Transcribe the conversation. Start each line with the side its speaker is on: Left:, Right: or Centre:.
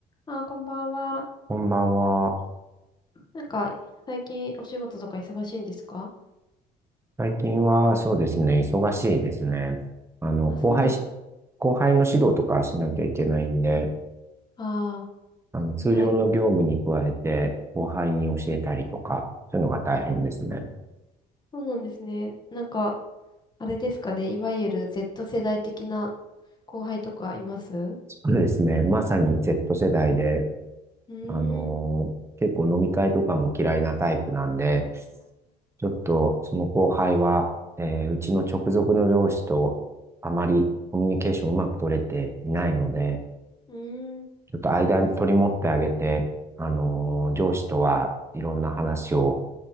Left: あー、こんばんは。
Right: こんばんは。
Left: なんか、最近お仕事とか忙しいんですか
Right: 最近はそうですね、忙しいですね。あの、
Left: あ、
Right: 後輩し、
Left: そうなんです。
Right: 後輩の指導とかしなきゃいけないんで、
Left: あ
Right: あの、通常の業務に加えて、
Left: あ、あれ、
Right: 後輩に教えたりとか、そういうのが大変ですね。
Left: そうなんですね。なんか、あれですかね。いわゆる Z 世代的な後輩とかいますう
Right: そうですね、まさに Z 世代で、
Left: ーん。
Right: あの、結構飲み会とかも嫌いなタイプなんで、ちょっとその後輩は、えーうちの直属の上司とあまりコミュニケーションうまく取れていないので、
Left: <laughs> うーん。
Right: ちょっと間に取り持ってあげて、あのー上司とはいろんな話を、